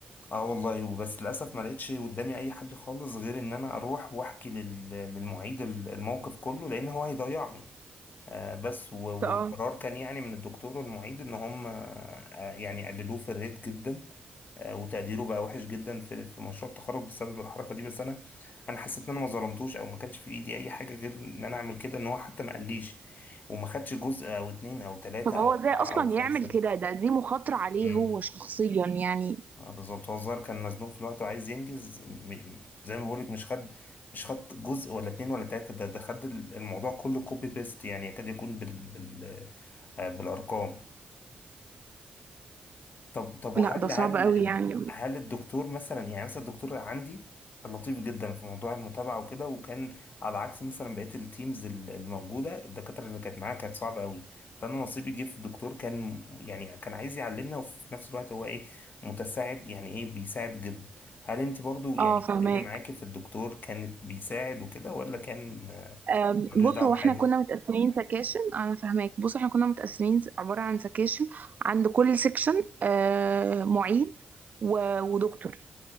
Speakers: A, on the left; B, on the right.
A: اه والله وبس للاسف ما لقيتش قدامي اي حل خالص غير ان انا اروح واحكي لل- للمعيد ال- الموقف كله لان هو هيضيعني آه بس و- والقرار
B: اه
A: كان يعني من الدكتور والمعيد ان هم آه يعني قللوه في الريت جدا آه وتقديره بقى وحش جدا في في مشروع التخرج بسبب الحركه دي بس انا انا حسيت ان انا ما ظلمتوش او ما كانش في ايدي اي حاجه غير ان انا اعمل كده ان هو حتى ما قاليش وما خدش جزء او اتنين او تلاته
B: طب
A: او
B: هو ازاي
A: اربعه
B: اصلا
A: او خمسه
B: يعمل كده ده دي مخاطره عليه
A: مم.
B: هو شخصيا يعني
A: آه، بالظبط هو الظاهر كان مزنوق في الوقت وعايز ينجز م- زي ما بقولك مش خد مش خد جزء ولا اتنين ولا تلاتة ده ده خد الموضوع كله كوبي بيست يعني يكاد يكون بال بال آه، بالأرقام طب طب وهل
B: لا ده صعب
A: هل
B: قوي يعني
A: هل الدكتور مثلا يعني مثلا الدكتور عندي كان لطيف جدا في موضوع المتابعة وكده وكان على عكس مثلا بقية التيمز ال- الموجودة الدكاترة اللي كانت معايا كانت صعبة قوي فأنا نصيبي جه في الدكتور كان يعني كان عايز يعلمنا وفي نفس الوقت هو ايه متساعد يعني ايه بيساعد جدا هل انت برضو يعني
B: اه فهماك
A: الدنيا معاكي في الدكتور كانت بيساعد وكده ولا كان آه،
B: أم،
A: ملوش
B: بص
A: دعوة
B: هو
A: بحاجة؟
B: احنا كنا متقسمين سكاشن انا فاهماك بص احنا كنا متقسمين س- عبارة عن سكاشن عند كل سكشن آه، معيد و- ودكتور